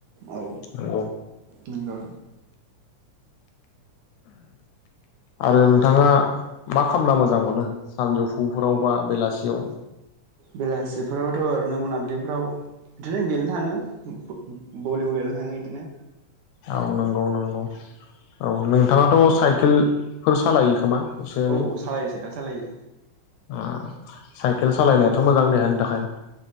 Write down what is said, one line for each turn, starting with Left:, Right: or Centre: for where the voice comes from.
Right: औ
Left: नंगौ।
Right: नंगौ।
Left: आरो नोंथाङा मा खामना मोजां मोनो सानजौफुफोराव बा बेलासियाव?
Right: बेलासिफोरावथ' ओरैनो मोनाबिलिफोराव बिदिनो गेलेनो थाङो। भु-भु-भलिबल गेलेनो थाङो इदिनो।
Left: औ नंगौ नंगौ औ नोंथाङाथ साइकेलफोर सालायो खोमा एसे एनै
Right: औ सालायो साइकेल सालायो
Left: ओ साइकेल सालायनायाथ मोजां देहानि थाखाय